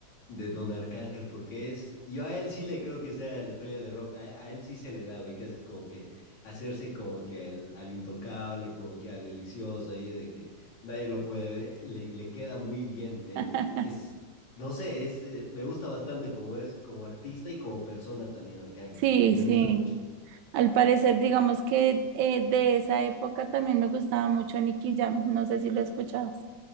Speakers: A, on the left; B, on the right.
A: de Don Arcángel, porque es, yo a él sí le creo que sea estrella de rock, a, a él sí se le da, ubicas, es como que hacerse como que al, al, intocable, como que al delicioso ahí, de que nadie lo puede ver, le, le queda muy bien, me,
B: <laughs>
A: es no sé, es, eh, me gusta bastante como es, como artista y como persona también, Arcángel.
B: Sí,
A: Me, me
B: sí.
A: gusta mucho.
B: Al parecer, digamos que eh, de esa época también me gustaba mucho Nicky Jam. No sé si lo escuchabas.